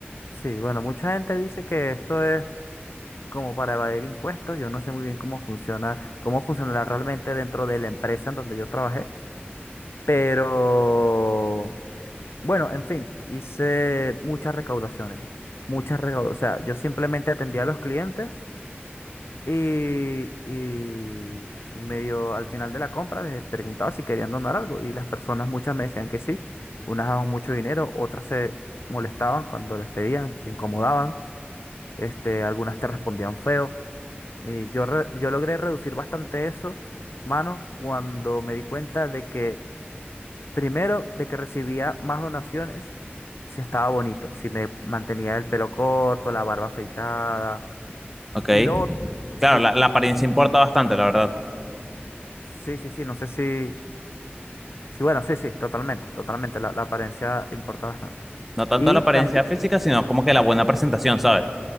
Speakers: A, on the left (about 75°); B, in the centre.
A: Sí, bueno, mucha gente dice que esto es como para evadir impuestos. Yo no sé muy bien cómo funciona, cómo funcionará realmente dentro de la empresa en donde yo trabajé. Pero bueno, en fin, hice muchas recaudaciones. Muchas recaudaciones. O sea, yo simplemente atendía a los clientes y, y medio al final de la compra les preguntaba si querían donar algo. Y las personas, muchas me decían que sí. Unas daban mucho dinero, otras se molestaban cuando les pedían, se incomodaban. Este, algunas te respondían feo. Y yo, re- yo logré reducir bastante eso, mano, cuando me di cuenta de que Primero, de que recibía más donaciones si estaba bonito, si me mantenía el pelo corto, la barba afeitada.
B: ¿Ok?
A: Y lo otro, sí,
B: Claro, la, la apariencia importa bastante, la verdad.
A: sí, sí, sí, no sé si, sí, bueno, sí, sí, totalmente, totalmente, la, la apariencia importa bastante.
B: No tanto
A: Y
B: la apariencia
A: también,
B: física, sino como que la buena presentación, ¿sabes?